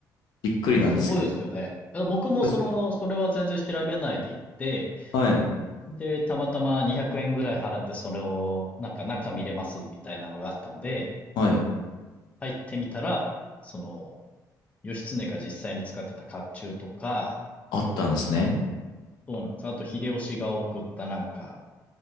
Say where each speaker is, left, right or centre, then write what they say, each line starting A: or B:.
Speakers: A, on the left (about 85°); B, on the left (about 20°).
A: びっくりなんですけど。
B: すごいですよね。
A: す
B: あの僕もその、
A: ごいですね。
B: それは全然調べないで行って、
A: はい。
B: で、たまたま200円ぐらい払ってそれを、なんか中見れますみたいなのがあったんで、
A: はい。
B: 入ってみたら、その、義経が実際に使ってた甲冑とか、
A: あったんですね。
B: そうなんです。あと、秀吉が送ったなんか、